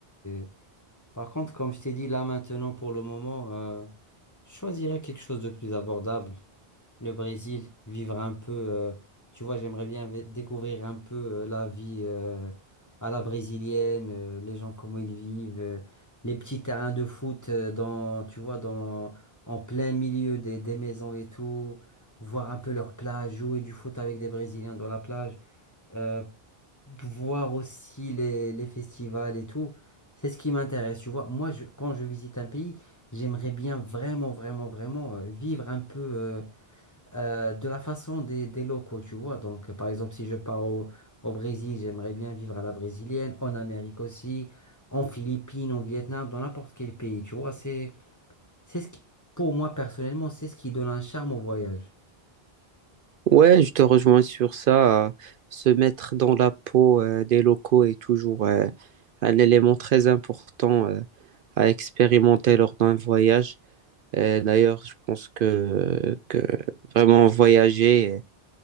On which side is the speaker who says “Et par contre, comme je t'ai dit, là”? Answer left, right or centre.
Left